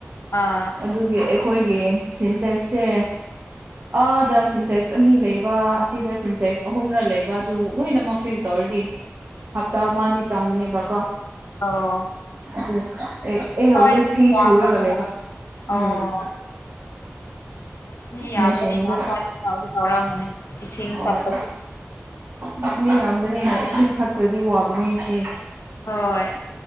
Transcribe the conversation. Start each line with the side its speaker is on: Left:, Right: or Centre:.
Left: ꯑꯥ
Right: ꯑꯗꯨꯒꯤ ꯑꯩꯈꯣꯏꯒꯤ ꯁꯤꯟꯇꯦꯛꯁꯁꯦ ꯑꯥꯗ ꯁꯤꯟꯇꯦꯛꯁ ꯁ ꯑꯅꯤ ꯂꯩꯕ ꯑꯁꯤꯗ ꯁꯤꯟꯇꯦꯛꯁ ꯑꯍꯨꯝꯒꯔ ꯂꯩꯕ ꯑꯗꯨ ꯂꯣꯏꯅꯃꯛ ꯐ꯭ꯌꯨ ꯇꯧꯔꯗꯤ ꯍꯞꯇꯥ ꯑꯃꯗꯤꯗꯤ ꯆꯪꯅꯦꯕꯀꯣ
Left: ꯑꯣ
Right: ꯑꯗꯨ ꯑꯩ ꯑꯩ
Left: ꯍꯣꯏ
Right: ꯍꯧꯖꯤꯛ
Left: ꯃꯤ
Right: ꯐꯤ
Left: ꯌꯥꯝꯕꯅꯤꯅ
Right: ꯁꯨꯔꯒ ꯂꯩꯕ ꯎꯝ
Left: ꯑꯣ ꯃꯤ ꯌꯥꯝꯕꯗꯤ
Right: ꯃꯦꯆꯤꯟꯗ
Left: ꯉꯍꯥꯛ ꯐꯗꯤ ꯆꯥꯎꯗꯤ ꯇꯥꯎꯔꯛꯑꯝꯕꯅꯤ ꯏꯁꯤꯡ
Right: ꯍꯣꯏ
Left: ꯀꯠꯄꯁꯨ
Right: ꯑꯁ ꯃꯤ ꯌꯥꯝꯕꯅꯤꯅ ꯏꯁꯤꯡ ꯐꯠꯇ꯭ꯔꯗꯤ ꯋꯥꯕꯅꯦ ꯁꯤ
Left: ꯍꯣꯏ